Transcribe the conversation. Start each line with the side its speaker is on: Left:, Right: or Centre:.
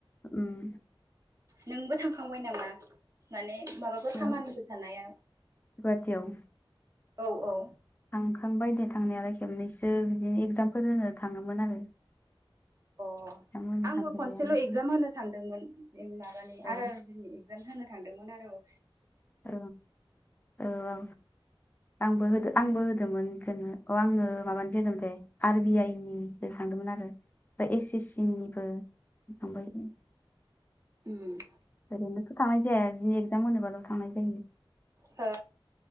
Left: उम
Right: नोंबो थांखांबाय नामा? माने माबाफोर
Left: ओ
Right: खामानिफोर थानाया
Left: गुवाहाटियाव
Right: औ औ।
Left: थांखांबाय दे थांनायालाय खेबनैसो बिदिनो एगजामफोर होनो थाङोमोन आरो।
Right: अ
Left: एगजाम होनो
Right: आंबो
Left: थांफेरबाय
Right: खनसेल
Left: आङो
Right: एक्जाम होनो थांदोंमोन माबानि
Left: औ
Right: आर आर बिनि इक्जाम होनो थांदोंमोन आरो औ।
Left: औ औ औ आंबो होदो आंबो होदोंमोन बेखोनो अ आङो माबानिसो होदोंमोन दे आर बि आइ नि थांदोंमोन आरो ओमफ्राय एस एस सि निबो थांबाय।
Right: ओम
Left: ओरैनोथ थांनाय जाया बिदिनो एगजाम होनोबाल' थांनाय जायो।
Right: हो